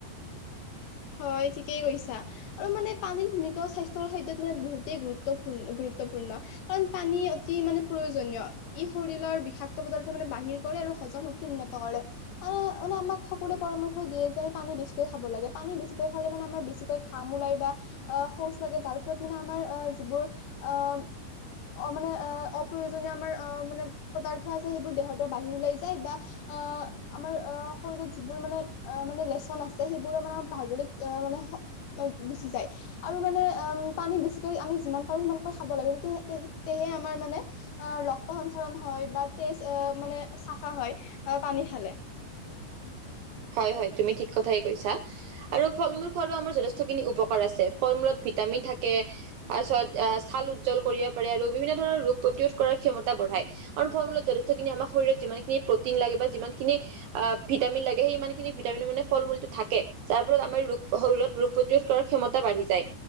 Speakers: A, on the left; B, on the right.
A: হয়, ঠিকেই কৈছা আৰু মানে পানীৰ ভূমিকাও স্বাস্থ্যৰ খাদ্যত মানে বহুতেই গুৰুত্বপূৰ্ণ - গুৰুত্ব গুৰুত্বপূৰ্ণ কাৰণ পানী অতি মানে প্ৰয়োজনীয় ই শৰীৰৰ বিষাক্ত পদাৰ্থ মানে বাহিৰ কৰে আৰু হজম শক্তি উন্নত কৰে আৰু মানে আমাক সকলোৱে পৰামৰ্শ দিয়ে যে আমি পানী বেছিকৈ খাব লাগে। পানী বেছিকৈ খলে মানে আমাৰ বেছিকৈ ঘাম ওলায় বা শৌচ লাগে জাল ফলত মানে আমাৰ আ যিবোৰ অম, অ', মানে আহ অপ্ৰয়োজনীয় আমাৰ অহ মানে পদাৰ্থ আছে সেইবোৰ দেহৰ পৰা বাহিৰ ওলাই যায় বা অহ, আমাৰ অ', শৰীৰত যিবোৰ মানে অ' মানে লেচন আছে সেইবোৰ আমাৰ <unintelligible> গুচি যায় আৰু মানে উম পানী বেছিকৈ আমি যিমান পাৰো সিমানকৈ খাব লাগে তেতিয় তেহে আমাৰ মানে ৰক্ত সঞ্চাৰন হয় বামা তেজ মানে চাফা হয় <unintelligible>
B: হয় হয় তুমি ঠিক কথাই কৈছা আৰু ফল মূল খোৱাৰো আমাৰ যথেষ্টখিনি উপকাৰ আছে ফল মূলত ভিটামিন থাকে, তাৰপিছত ছাল উজ্জ্বল কৰিব পাৰে, আৰু বিভিন্ন ধৰণৰ ৰোগ প্ৰতিৰোধ কৰাৰ ক্ষমতা বঢ় ফল মূলত যেখিনি আমাৰ শৰীৰত যিমানখিন প্ৰটিন লাগে বা যিমান খিনি আহ ভিটামিন লাগে। স ইমানখিনি ভিটামিন মানে ফল মূলটো থাক যাৰ ফলত আমাৰ ৰোগ শৰীৰত ৰোগ প্ৰতিৰোধ কৰাৰ ক্ষমতা বাঢ়ি যায়।